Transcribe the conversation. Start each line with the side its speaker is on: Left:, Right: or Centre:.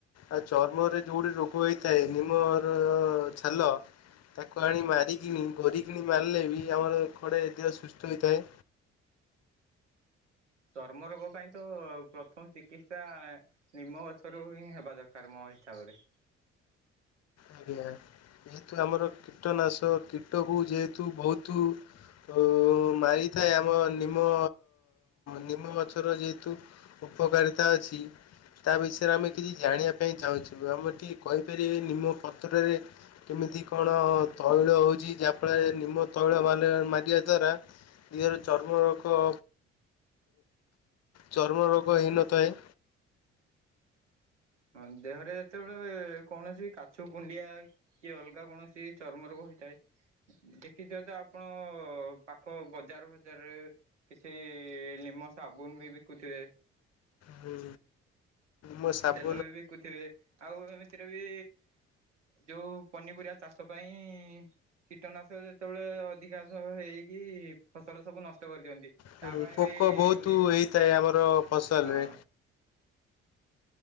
Left: ଆଉ ଚର୍ମରେ ଯୋଉ ଟି ରୋଗ ହେଇଥାଏ ନିମର ଛାଲ ତାକୁ ଆଣି ମାରିକିଣି ଘୋରିକିଣି ମାରିଲେ ବି ଆମର କୁଆଡେ ଦେହ ସୁସ୍ଥ ହୋଇଥାଏ।
Right: ଚର୍ମ ରୋଗ ପାଇଁ ତ ପ୍ରଥମ ଚିକିତ୍ସା ନିମ ଗଛରୁ ହିଁ ହେବା ଦରକାର ମୋ ହିସାବରେ।
Left: ଆଜ୍ଞା ଯେହେତୁ ଆମର କୀଟନାଶ କୀଟକୁ ଯେହେତୁ ବହୁତୁ ଓ ମାରିଥାଏ ଆମ ନିମ ନିମ ଗଛର ଯେହେତୁ ଉପକାରିତା ଅଛି। ତା ବିଷୟରେ ଆମେ କିଛି ଜାଣିବା ପାଇଁ ଚାହୁଁଛୁ ଆମେ ଟିକେ କହିପାରିବେ ନିମ ପତ୍ରରେ କେମିତି କଣ ତୈଳ ହଉଛି ଯାହାଫଳରେ ନିମ ତୈଳ ମାରିବା ଦ୍ଵାରା ଦହରେ ଚର୍ମ ରୋଗ ଚର୍ମରୋଗ ହୋଇନଥାଏ।
Right: ହଁ ଦେହରେ ଯେତେବେଳେ କୌଣସି କାଛୁ କୁଣ୍ଡିଆ କି ଅଲଗା କୌଣସି ଚର୍ମ ରୋଗ ହେଇଥାଏ। ଦେଖିଛ ତ ଆପଣ ପାଖ ବଜାର ଫଜାରରେ କିଛି ନିମ ସାବୁନୁ ବି ବିକୁଥିବେ।
Left: ହଁ ମୋ ସାବୁ
Right: ଫୁଲ ବି ବିକୁଥିବେ ଆଉ ଏମିତିରେ ବି ଯୋଉ ପନିପରିବା ଚାଷ ପାଇଁ କୀଟନାଶକ ଯେତେବେଳେ ଅଧିକାଂଶ ହେଇକି ଫସଲ ସବୁ ନଷ୍ଟ କରିଦିଅନ୍ତି।
Left: ହୁଁ
Right: ତା ପାଇଁ
Left: ପୋକ
Right: ବି
Left: ବହୁତୁ ହେଇଥାଏ ଆମର ଫସଲ୍
Right: ହଁ
Left: ରେ।